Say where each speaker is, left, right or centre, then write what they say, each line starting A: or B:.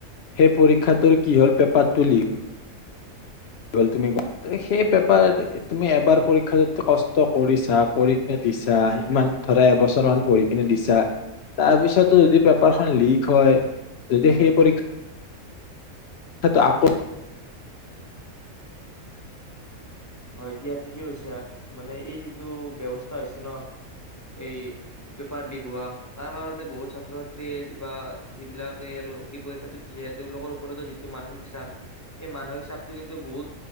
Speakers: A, on the left; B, on the left.
A: সেই পৰীক্ষাটোৰ কি হ'ল পেপাৰটো লি- গ'ল। তুমি সেই পেপাৰ তুমি এবাৰ
B: অ
A: পৰীক্ষা কষ্ট- কৰিছা, কৰি কিনে দিছা, ইমান ধৰা এবছৰ মান পঢ়ি কিনে দিছা। তাৰ পিছতো যদি পেপাৰখন লিক হয় যদি সেই পৰীক্ষা- ত আকৌ
B: হয় দিয়া ঠিকেই কৈছা। মানে এই যিটো ব্যৱস্থা হৈছে ন' এই- পেপাৰ লিক হোৱা। তাৰ কাৰণে বহুত ছাত্ৰ ছাত্ৰীয়ে বা যিবিলাকে আৰু এই পৰীক্ষাটো দিছে। তেওঁলোকৰ ওপৰতো যিটো মানসিক চাপ সেই মানসিক চাপটো কিন্তু বহুত